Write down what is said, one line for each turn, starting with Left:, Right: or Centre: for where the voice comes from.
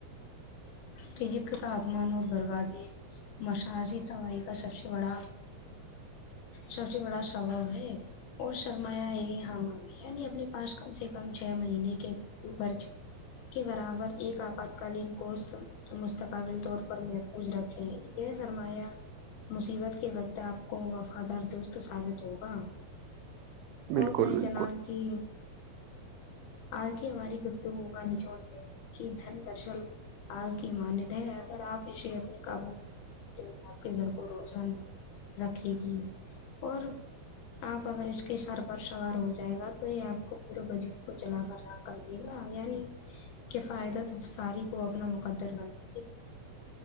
Left: تج تاپمان اور بربادیں مشاازی دوائی کا سب سے بڑا
Right: <inaudible>
Left: سب سے بڑا سبب ہے اور سرمایا ہے ہاں یعنی اپنے پاس کم سے کم چھ مہینے کے خرچ کے برابر ایک آپاتکالین کوش تو مستقبل طور پر محفوظ رکھیں یہ سرمایہ مصیبت کے وقت آپ کو وفادار درست ثابت ہوگا
Right: بالکل
Left: اور میں
Right: بالکل
Left: جنا کہ آج کی ہماری بھو جوڑ کہ دھن درصل کی ماند ہے اگر آپ اسے اپنے کاابو آپ کے گھر کو روشن رکھے گی اور آپ اگر اس کے سر پر سوار ہو جائے گا تو یہ آپ کو پورے بجٹ کو جلا کر رکھ کر دے گا یعنی کہ فائدہ ت ساری کو اپنا مقدر بنا